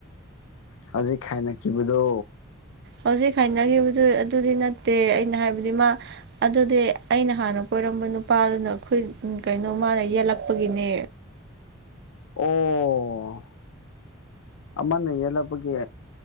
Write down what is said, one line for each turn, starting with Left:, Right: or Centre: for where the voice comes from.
Left: ꯍꯧꯖꯤꯛ ꯈꯥꯏꯅꯈꯤꯕꯗꯣ
Right: ꯍꯧꯖꯤꯛ ꯍꯥꯏꯅꯈꯤꯕꯗꯨ ꯑꯗꯨꯗꯤ ꯅꯠꯇꯦ ꯑꯩꯅ ꯍꯥꯏꯕꯗꯤ ꯃꯥ ꯑꯗꯨꯗꯤ ꯑꯩꯅ ꯍꯥꯟꯅ ꯀꯣꯏꯔꯝꯕ ꯅꯨꯄꯥꯗꯨꯅ ꯑꯩꯈꯣꯢ ꯀꯩꯅꯣ ꯃꯥꯅ ꯌꯦꯜꯂꯛꯄꯒꯤꯅꯦ
Left: ꯑꯣ ꯑꯃꯅ ꯌꯦꯜꯂꯛꯄꯒꯤ